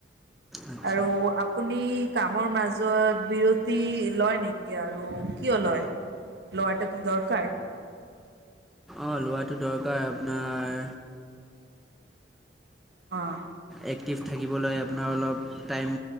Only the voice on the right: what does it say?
আৰু আপুনি কামৰ মাজত বিৰতি লয় নেকি আৰু কিয় লয়? লোৱাতো কি দৰকাৰ?
অ'।